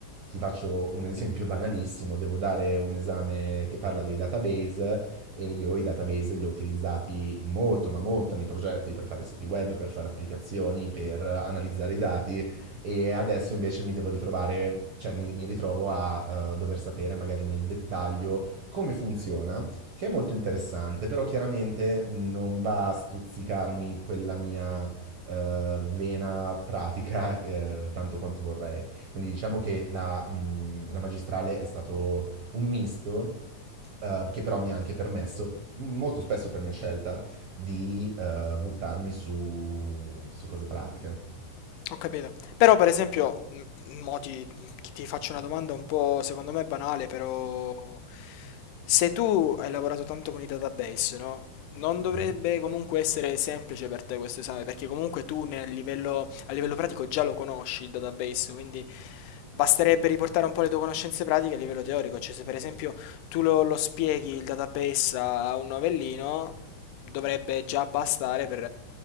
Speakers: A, on the right (about 80°); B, on the left (about 80°).
A: ti faccio un esempio banalissimo, devo dare un esame che parla dei database e io i database li ho utilizzati molto, ma molto nei progetti per fare siti web, per fare applicazioni, per analizzare i dati e adesso invece mi devo ritrovare, cioè mi, mi ritrovo a uh, dover sapere magari nel dettaglio come funziona che è molto interessante, però chiaramente non va a stuzzicarmi quella mia eh, vena pratica <laughs> eh, tanto quanto vorrei. Quindi diciamo che la, mh, la magistrale è stato un misto. eh, che però mi ha anche permesso, molto spesso per mia scelta, di eh, buttarmi su, su cose pratiche.
B: Ho capito. Però per esempio, m- mo ti, ti faccio una domanda un po' secondo me banale, però se tu hai lavorato tanto con i database, no? Non dovrebbe
A: Mhm.
B: comunque essere semplice per te questo esame, perché comunque tu nel livello, a livello pratico già lo conosci il database, quindi basterebbe riportare un po' le tue conoscenze pratiche a livello teorico, cioè se per esempio tu lo, lo spieghi il database a un novellino, dovrebbe già bastare per,